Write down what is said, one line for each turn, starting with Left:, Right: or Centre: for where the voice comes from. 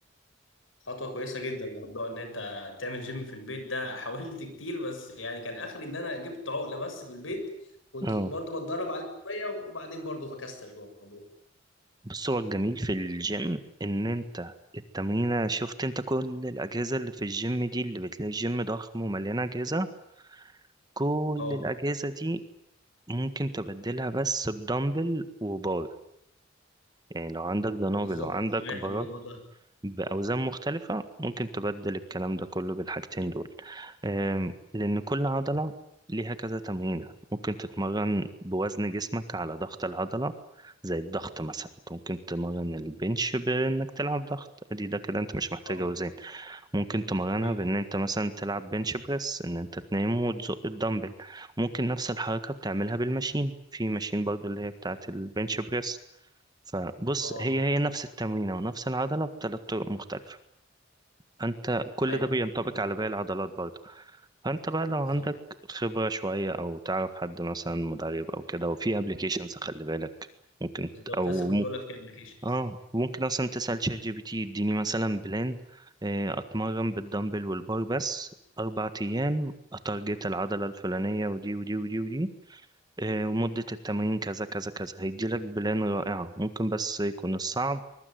Left: خطوه كويسه جدا موضوع ان انت تعمل جيم في البيت ده <laughs> حاولت كتير بس يعني كان اخري ان انا جبت عقله بس في البيت كنت
Right: اه
Left: برضو بتدرب عليه شويه وبعدين برضو فكست الموضوع
Right: بس هو الجميل في الجيم إن أنت التمرينة شفت أنت كل الأجهزة اللي في الجيم دي اللي بتلاقي الجيم ضخم ومليانة أجهزة كل
Left: اه
Right: الأجهزة دي ممكن تبدلها بس بدمبل وبار يعني لو عندك دنابل
Left: بالظبط
Right: وعندك
Left: سمعت
Right: بارات
Left: الموضوع ده
Right: بأوزان مختلفة ممكن تبدل الكلام ده كله بالحاجتين دول أم، لأن كل عضلة ليها كذا تمرينة ممكن تتمرن بوزن جسمك على ضغط العضلة زي الضغط مثلا أنت ممكن تمرن البنش بإنك تلعب ضغط أدي ده كده أنت مش محتاج
Left: اه
Right: أوزان ممكن تمرنها
Left: ايوه
Right: بإن أنت مثلا تلعب بنش بريس إن أنت تنام وتزق الدمبل ممكن نفس الحركة بتعملها بالماشين في ماشين برضو اللي هي بتاعة البنش بريس فبص
Left: اه
Right: هي هي نفس التمرينة ونفس العضلة بثلاث طرق مختلفة فأنت كل
Left: ايوه
Right: ده بينطبق
Left: برضه.
Right: على باقي العضلات برضه فأنت بقى لو
Left: بالظبط
Right: عندك خبرة شوية أو تعرف حد مثلا مدرب أو كده وفي أبلكيشنز خلي بالك ممكن
Left: بالظبط
Right: ت- أو
Left: لسه كنت
Right: م...
Left: اقول لك في ابلكيشنز
Right: آه ممكن أصلا تسأل شات جي بي تي يديني مثلا بلان آه، أتمرن بالدمبل والبار بس أربع أيام أتارجت العضلة الفلانية ودي ودي ودي ودي آه، ومدة التمرين كذا كذا كذا هيديلك بلان رائعة ممكن بس يكون الصعب